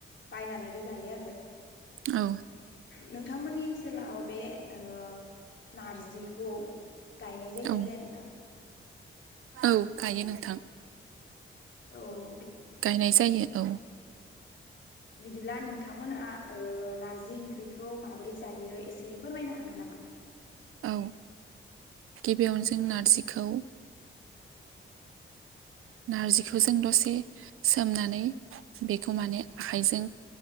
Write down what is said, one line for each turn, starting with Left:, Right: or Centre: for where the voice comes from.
Left: बायनानैबो जायो आरो
Right: औ
Left: नोंथांमोननि ओनसोलाव बे ओ नारजिखौ गायनाय जायोना
Right: औ
Left: जाया नोंथां
Right: औ गायो नोंथां
Left: औ बि
Right: नायजायो औ
Left: बिदिब्ला नोंथांमोना ओ नारजि ओंख्रिखौ मा बोरै जायो एसे फोरमायनो हागोन नामा
Right: औ गिबियावनो जों नारजिखौ नारजिखौ जों दसे सोमनानै बेखौ माने आखाइजों